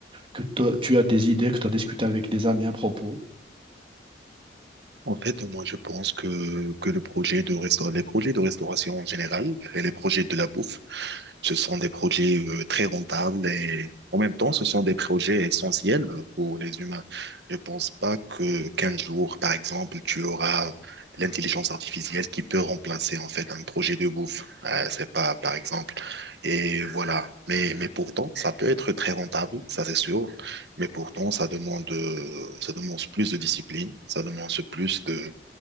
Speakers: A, on the right; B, on the right.
A: que toi- tu as des idées, que tu as discuté avec des amis à propos.
B: En fait, moi, je pense que, que le projet de resta- les projets de restauration en général et les projets de la bouffe, ce sont des projets euh, très rentables et en même temps, ce sont des projets essentiels pour les humains. Je pense pas que 15 jours, par exemple, tu auras l'intelligence artificielle qui peut remplacer en fait un projet de bouffe. Euh, c'est pas, par exemple, Et voilà. Mais, mais pourtant, ça peut être très rentable, ça c'est sûr. Mais pourtant, ça demande, euh, ça demande plus de discipline, ça demande plus de,